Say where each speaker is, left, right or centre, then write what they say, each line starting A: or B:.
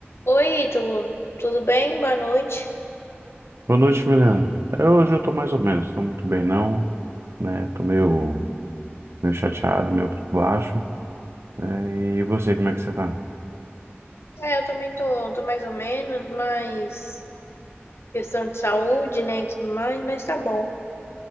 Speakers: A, on the left (about 75°); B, on the right (about 75°).
A: Oi, Ítalo, tudo bem? Boa noite.
B: Boa noite, Milena. Eu, hoje eu tô mais ou menos, tô muito bem não, né? Tô meio, meio chateado, meio pra baixo. né? E você, como é que você tá?
A: É, eu também tô, tô mais ou menos, mas questão de saúde, né, e tudo mais, mas tá bom.